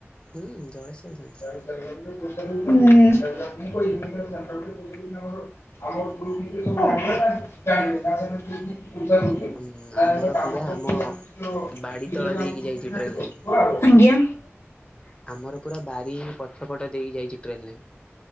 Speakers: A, on the left; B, on the left.
A: ହୁଁ ଜଳେଶ୍ଵର
B: ଣି
A: ଜାଣିଛି।
B: ସାର ପ ହୁଁ। <unintelligible>
A: ହୁଁ ଆମର ପୁରା ଆମ
B: ହା।
A: ବାଡି ତଳେ ଦେଇକି ଯାଇଛି ଟ୍ରେନ୍ ଲାଇନ୍।
B: ଆଜ୍ଞା।
A: ଆମର ପୁରା ବାରି ପଛ ଫଟ ଦେଇକି ଯାଇଛି ଟ୍ରେନ ଲାଇନ।